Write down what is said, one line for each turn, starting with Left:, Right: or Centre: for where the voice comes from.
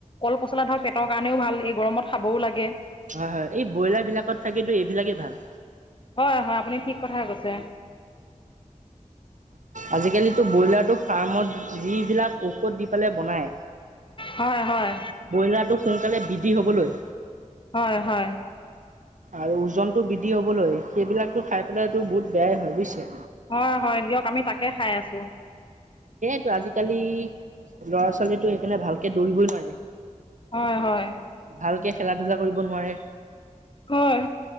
Left: কল প <unintelligible> পচলা ধৰক পেটৰ কাৰণেও ভাল এই গৰমত খাবও লাগে।
Right: হয় হয় এই ব্ৰইলাৰ বিলাকত থাকো এইবিলাকেই ভাল
Left: হয় হয় আপুনি ঠিক কথা কৈছে
Right: আজিকালিতো ব্ৰইলাৰটো ফাৰ্মত যিবিলাক ঔষধ দি পেলাই বনাই।
Left: হয় হয়
Right: ব্ৰইলাৰটো সোনকালে বৃদ্ধি হবলৈ
Left: হয় হয়
Right: আৰু ওজনটো বৃদ্ধি হবলৈ, সেইবিলাকতো খাই পেলাইটো বহুত বেয়াই হয় বুজিছে?
Left: হয়, হয়। দিয়ক, আমি তাকে খাই আছো।
Right: ত' আজিকালি ল'ৰা ছোৱালীটো সেইকাৰণে ভাল। একে দৌৰিবই নোৱাৰে,
Left: হয় হয়
Right: ভালকে খেলা ধূলা কৰিব নোৱাৰে।
Left: হয়।